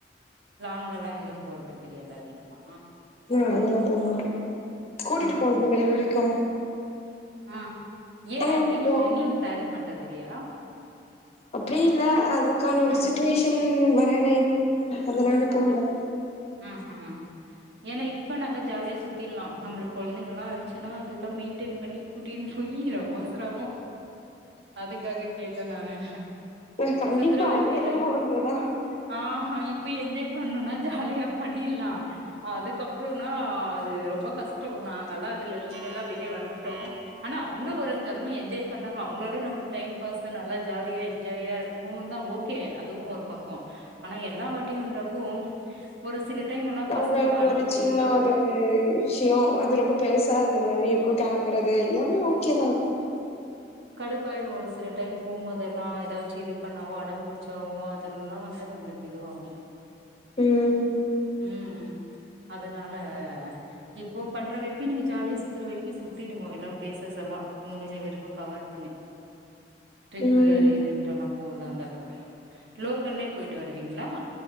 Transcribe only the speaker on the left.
ஆ அதெல்லா போ மாட்டோ கூட்டிட்டு
போனதில்ல இது வரைக்கு
ஆனா
எனக்கு போகணு
அப்டி இல்ல அதுக்கான
ஒரு சுச்சுவேஷன் வரல இன்னு அதனால போகல
ஆ கண்டிப்பா
அது என்னமோ
உண்மதா
ஒங்களுக்கு
ஒரு
சின்ன ஒரு விஷ்யோ அது ரொம்ப பெருசா இருந்த மாதிரி இருக்கூ கெளம்ப றது எல்லாமே ஓகேதா
ம்
ம்